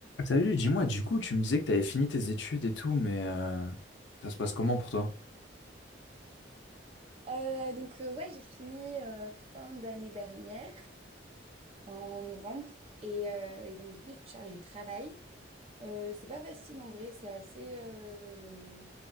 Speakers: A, on the left; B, on the right.
A: Salut, dis-moi, du coup, tu me disais que tu avais fini tes études et tout, mais euh, ça se passe comment pour toi?
B: Euh, donc euh, ouais, j'ai fini euh, fin d'année dernière, en novembre, et, euh, et donc depuis, je cherche du travail. Euh, c'est pas facile en vrai, c'est assez... euh,